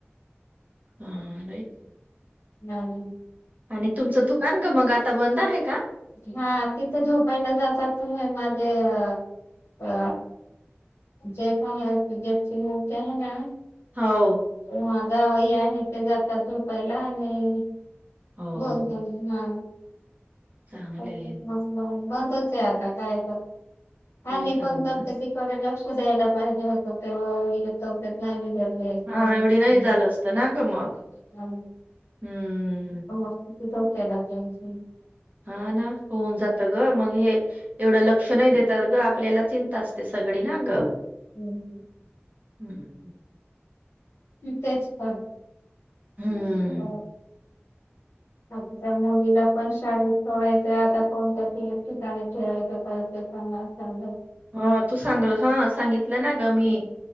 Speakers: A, on the right (about 40°); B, on the left (about 80°).
A: हा, बाई.
B: नाही.
A: आणि तुमचं दुकान गं मग, आता बंद आहे का?
B: हा, तिथं झोपायला जातात म- माझे अ अ जे काय हाय <unintelligible>
A: हो
B: हा जावई आहेत ते जातात, झोपायला आणि <unintelligible>
A: हो
B: पीन हा.
A: चांगले
B: <unintelligible> बंदच आहे आता काय तर,
A: काय
B: आणि मी
A: करायचं
B: पण थोडे लक्ष द्यायला पाहिजे होतं तेव्हा <unintelligible> तब्येत नाही बिघडली असती,
A: हा
B: हा
A: एवढी नाही झालं असतं ना ग मग
B: ना.
A: हम्म,
B: तो हॉस्पिटल <unintelligible>
A: हा ना, होऊन जात गं मग हे एवढं लक्ष नाही देतात गं, आपल्याला चिंता असते सगळी ना गं.
B: हम्म,
A: ह ह.
B: आणि तेच पाप
A: हम्म
B: काय असत <unintelligible> त्यामुळे तिला पण शाळेत सोडायचं आता कोणत <unintelligible> ठिकाणी खेळाय पळायचं त्यामुळं चांगलयं.
A: हा तू सांगल, हा सांगितलं ना गं मी.